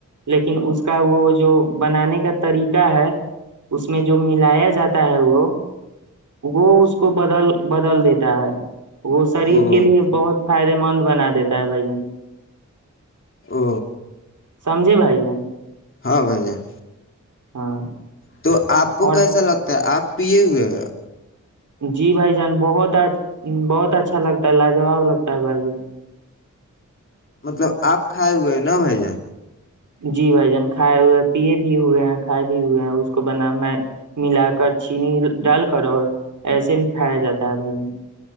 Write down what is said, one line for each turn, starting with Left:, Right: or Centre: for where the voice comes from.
Right: لیکن اس کا وہ جو بنانے کا طریقہ ہے اس میں جو ملایا جاتا ہے وہ وہ اس کو بدل بدل دیتا ہے وہ شریر
Left: او
Right: کے لیے بہت فائدے مند بنا دیتا ہے بھائی جن
Left: ا
Right: سمجھے بھائی جم
Left: ہاں بھائی جان
Right: ہاں
Left: تو آپ کو
Right: اور
Left: کیسا لگتا ہے آپ پ یہ ہوئے
Right: جی بھائی جان بہت بہت اچھا لگتا ہے لاجواب لگتا ہے بھائی جان
Left: مطلب آپ کھائے ہوئے ہیں نا بھائی جان
Right: جی بھائی جان کھائے ہوئے پیے بھی ہوئے ہیں کھائے بھی ہوئے ہیں اس کو بنا میں ملا کر چینی ڈال کر اور ایسے بھی کھایا جاتا ہے بھائی جن